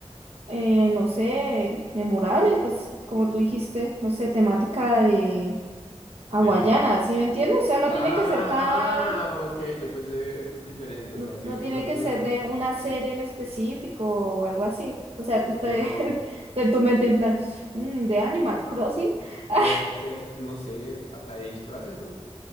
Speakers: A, on the right (about 65°); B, on the left (about 85°).
A: eh, no sé, memorable, pues como tú dijiste, no sé, temática de hawaiana,
B: de qué.
A: ¿sí me entiendes? O sea, no
B: Ah,
A: tiene que ser tan
B: ah, ok, yo pensé diferente,
A: No,
B: o sea, sí,
A: no tiene
B: una,
A: que
B: una,
A: ser de una serie en específico o algo así. O sea, estoy,
B: sí, no,
A: <laughs> en tu mente en plan, "Mm, de Animal Crossing. <laughs>
B: podría ser, no sé, hasta de disfraces, ¿no?